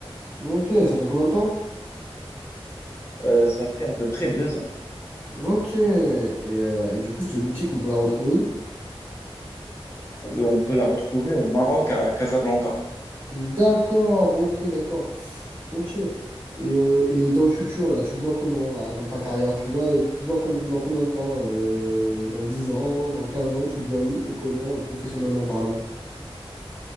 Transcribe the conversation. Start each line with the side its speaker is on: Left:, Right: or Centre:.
Right: Ok, ça fait combien de temps?
Left: Euh, ça fait à peu près deux ans.
Right: Ok. Et, euh, et du coup, cette boutique, on peut la retrouver où?
Left: Euh, On peut la retrouver au Maroc, à Casablanca.
Right: D'accord, ok, d'accord. Ok. Et, euh, et dans le futur, là, tu te vois comment, là, dans ta carrière? Tu vois, tu te vois com- dans combien de temps? Euh, dans 10 ans, dans 15 ans, tu te vois où et comment, euh, professionnellement parlant?